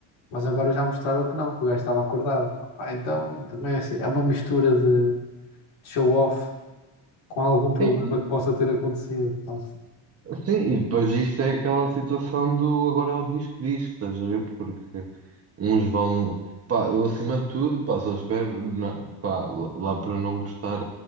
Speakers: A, on the left; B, on the right.
A: Mas agora já mostraram que não, que o gajo estava acordado. Opá, então também é assim, é uma mistura de de show-off com algum problema
B: Sim.
A: que possa ter acontecido. pá.
B: Sim, e depois isto é aquela situação do agora é o disco disco, estás a ver? Porque uns vão. Pá, eu acima de tudo, pá, só espero, na- pá, lá para não gostar